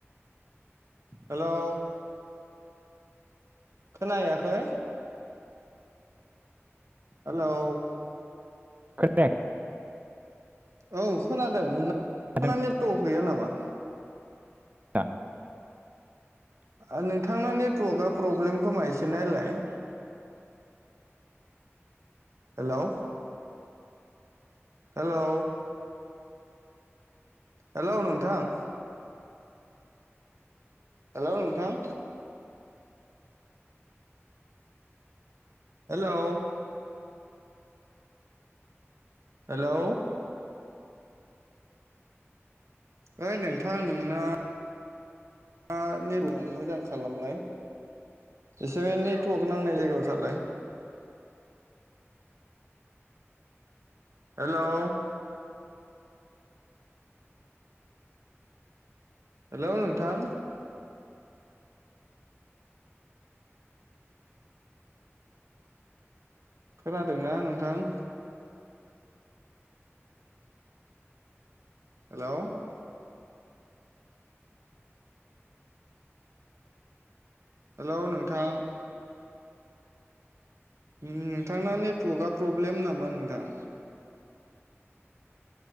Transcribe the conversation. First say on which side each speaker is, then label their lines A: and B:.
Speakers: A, on the right; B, on the right.
A: हेलौ खोना हैयाखै हेलौ
B: खोनायाखै?
A: औ खोनादों नोंना
B: माथो
A: नेटवक गैया नामा?
B: आ
A: ओ नोंथांना नेटवर्कआ प्रब्लेम खोमा एसे नायलाय। हेलौ हेलौ हेलौ नोंथां? हेलौ नोंथां। हेलौ हेलौ ओइ नोंथां नोंना आ नेटदं मोजां खालामलाय। एसे नेटवक नांनाय जायगायाव थालाय। हेलौ हेलौ नोंथां। खोनादोंना नोंथां? हेलौ हेलौ नोंथां। उम नोंथांना नेटवकआ प्रब्लेम नामा नोंथां?